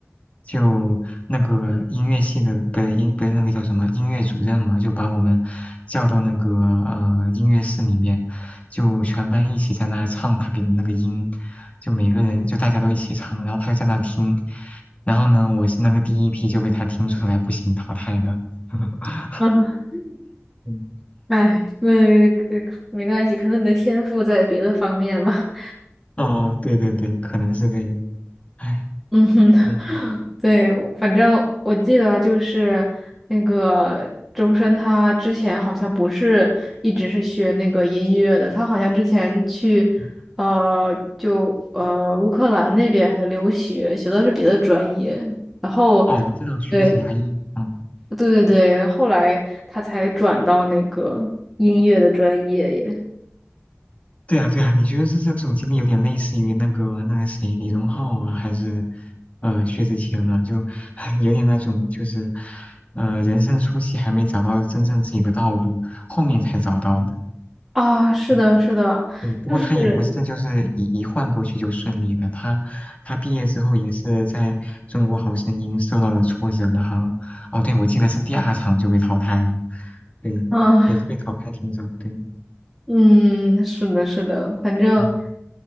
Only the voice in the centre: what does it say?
<laughs> 啊，
哎，那呃没关系，可能你的天赋在别的方面吧。
<laughs> 嗯哼，
<laughs> 对，反正我记得就是那个周深，他之前好像不是一直是学那个音乐的，他好像之前去呃就呃乌克兰那边留学，学的是别的专业，然后
对
对对对，后来他才转到那个音乐的专业耶。
啊，是的，
是的，
就是，
啊，
嗯，是的，是的，反正。